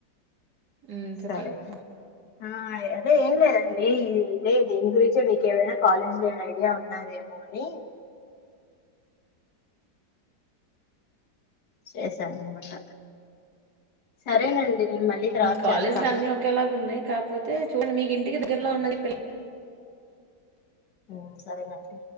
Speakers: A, on the right; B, on the left.
A: ఉమ్ చెప్పండి
B: సరే ఆ అదే ఎంలే అడి ఇదే దీని గురించే మీకు ఏమైనా కాలేజీ ల ఐడియా ఉన్నదేమో అని
A: <unintelligible>
B: చేసాను అనామాట సరేనండి నేను మళ్ళీ తర్వాత
A: కాలేజీలు
B: చేస్తాను
A: అన్నీ ఒకేలాగా ఉన్నాయి కాకపోతే చూడండి మీకు ఇంటికి దగ్గరలో ఉన్నది పిల్ల
B: ఊ సరేనండి